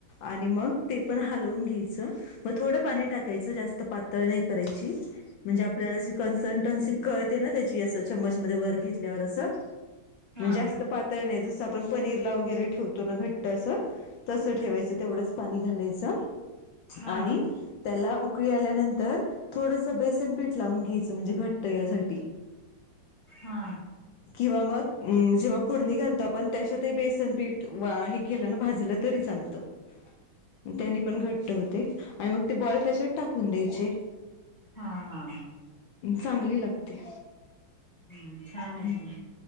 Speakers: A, on the left; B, on the left.
A: आणि मग ते पण हलवून घ्यायचं. मग थोडं पाणी टाकायचं जास्त पातळ नाही करायची म्हणजे आपल्याला कन्सल्टन्सी कळ ना त्याची अस चमच मध्ये वर घेतल्यावर अस
B: हा
A: म्हणजे पातळ नाही जसं आपण पनीरला वगैरे ठेवतो. ना घट्ट अस तस ठेवायचं तेवढंच पाणी घालायचं
B: हा
A: आणि त्याला उकळी आल्यानंतर थोडसं बेसन पीठ लावून घ्यायचं म्हणजे घट्ट यासाठी.
B: हा.
A: किंवा मग जेव्हा फोडणी घालतो आपण त्याच्यातही बेसन पीठ वा हे केलं ना भाजलं तरी चालतं. <inaudible> त्यानी पण घट्ट होते आणि मग ते बॉल त्याच्यात टाकून द्यायचे.
B: हा हा,
A: चांगली लागते.
B: हू छान
A: हुं
B: आहे. की